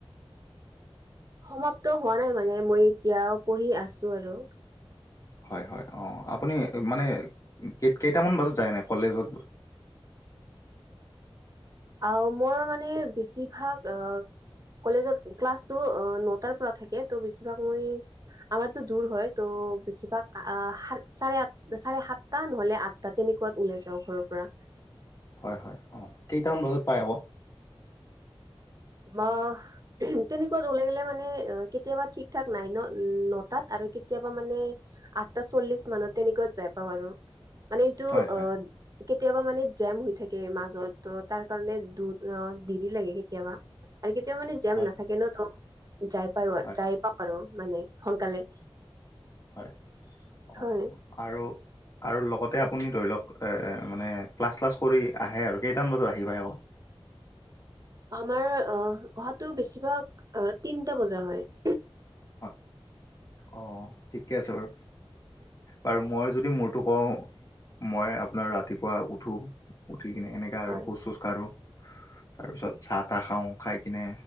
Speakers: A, on the right (about 40°); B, on the left (about 35°).
A: সমাপ্ত হোৱা নাই মানে মই এতিয়াও পঢ়ি আছো আৰু
B: হয় হয় অ আপুনি মানে কে কেইটামান বজাত যায় এনে কলেজত?
A: আহ মোৰ মানে বেছিভাগ আহ কলেজত ক্লাছটো নটাৰ পৰা থাকে ত' বেছিভাগ মই আমাৰতো দূৰ হয় ত বেছিভাগ আহ চাৰে আঠ চাৰে সাতটা নহলে আঠ তাত তেনেকোৱাত ওলাই যাও ঘৰৰ পৰা
B: হয় হয় অ কেইটামান বজাত পাই আকৌ
A: তোমা তেনেকোৱাত ওলাই গলে মানে কেতিয়াবা ঠিক ঠাক নাই ন নটাত আৰু কেতিয়াবা মানে আঠটা চল্লিশ মানত তেনেকোৱাত যাই পাও আৰু মানে এইটো
B: হয় হয়
A: অ কেতিয়াবা মানে জাম হৈ থাকে মাজৰতোৰ তাৰ কাৰণে দূৰ অ দেৰি লাগে কেতিয়াবা আৰু কেতিয়াবা মানে জাম
B: হয়
A: নাথাকে ন তো যাই পায় আৰু
B: হয়
A: যাই পাওক আৰু মানে সোনকালে
B: হয় অ
A: হয়
B: আৰু আৰু লগতে আপুনি ধৰি লওক মানে ক্লাছ চালাছ কৰি আহে আৰু কেইটা মান বজাত আহি পায় আকৌ
A: আমাৰ অ অহাতো বেছিভাগ অ তিনটা বজা হয়
B: হয় অ' ঠিকে আছে বাৰু। বাৰু মই যদি মোৰতো কওঁ। মই আপোনাৰ ৰাতিপুৱা উঠো, উঠি কিনে সনেকা আৰু
A: হয়
B: খোজ - চোজ কাঢ়ো। তাৰপিছত চাহ - তাহ খাওঁ খাই কিনে